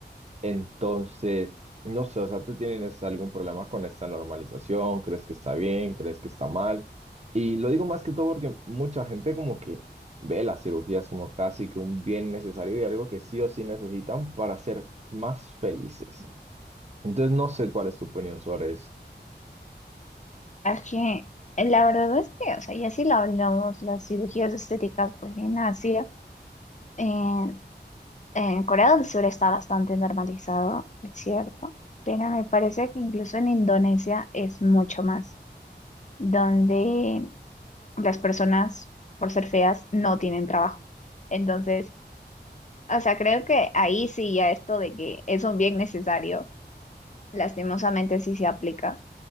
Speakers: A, on the right; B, on the left.
A: Entonces, no sé, o sea, ¿tú tienes algún problema con esta normalización? ¿Crees que está bien? ¿Crees que está mal? Y lo digo más que todo porque mucha gente como que ve las cirugías como casi que un bien necesario y algo que sí o sí necesitan para ser más felices. Entonces, no sé cuál es tu opinión sobre esto.
B: Es que eh, la verdad es que, o sea, ya si lo hablamos, las cirugías estéticas, pues en Asia, en, en Corea del Sur está bastante normalizado, es cierto, pero me parece que incluso en Indonesia es mucho más, donde las personas, por ser feas, no tienen trabajo. Entonces, o sea, creo que ahí sí ya esto de que es un bien necesario, lastimosamente sí se aplica.